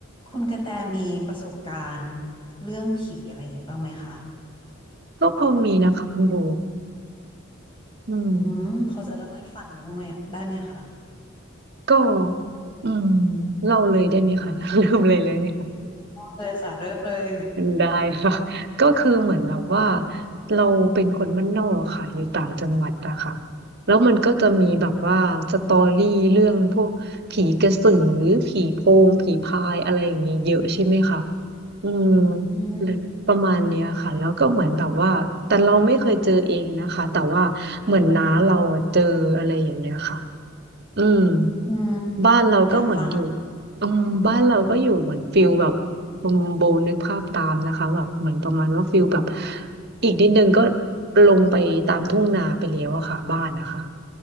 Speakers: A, on the left (about 25°); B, on the right (about 55°).
A: คุณกระแตมีประสบการณ์เรื่องผีอะไรอย่างงี้บ้างไหมคะ
B: ก็พอมีนะคะคุณโบอืม
A: อืมพอจะเล่าให้ฟังได้บ้างไหมได้ไหมคะ
B: ก็อืมเล่าเลยได้ไหมคะ <laughs> ลืมเลยเลยไหมคะ
A: เเลยค่ะเริ่มเลย
B: ได้ค่ะก็คือเหมือนแบบว่าเราเป็นคนบ้านนอกค่ะอยู่ต่างจังหวัดอะค่ะแล้วมันก็จะมีแบบว่าสตอรี่เรื่องพวกผีกระสือผีโพงผีพายอะไรอย่างนี้เยอะใช่ไหมคะอืม
A: อืม
B: เลยประมาณเนี้ยค่ะแล้วก็เหมือนแบบว่าแต่เราไม่เคยเจอเองนะคะแต่ว่าเหมือนน้าเราอะเจออะไรอย่างเงี้ยค่ะ อืม
A: อืม
B: บ้านเราก็เหมือนอยู่
A: อยากฟัง
B: อืมบ้านเราก็อยู่เหมือนฟิลแบบคุณโบนึกภาพตามนะคะแบบเหมือนประมาณว่าฟิลแบบอีกนิดนึงก็ลงไปตามทุ่งนาไปแล้วอะค่ะบ้านนะคะ